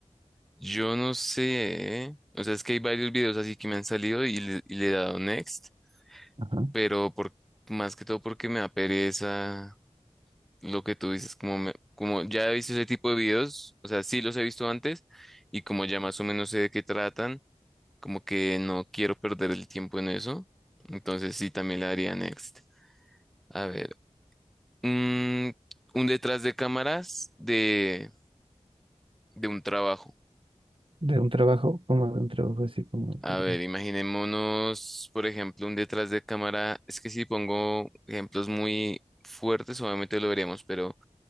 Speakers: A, in the centre; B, on the right.
A: yo no sé. ¿eh? O sea, es que hay varios videos así que me han salido y le, y le he dado next,
B: Ajá.
A: pero por, más que todo porque me da pereza lo que tú dices, como, me- como ya he visto ese tipo de videos, o sea, sí los he visto antes y como ya más o menos sé de qué tratan, como que no quiero perder el tiempo en eso. Entonces sí, también le daría next. A ver, mm, un detrás de cámaras de, de un trabajo.
B: De un trabajo, como de un trabajo así como de-
A: A ver, imaginémonos, por ejemplo, un detrás de cámara. Es que si pongo ejemplos muy fuertes, obviamente lo veríamos, pero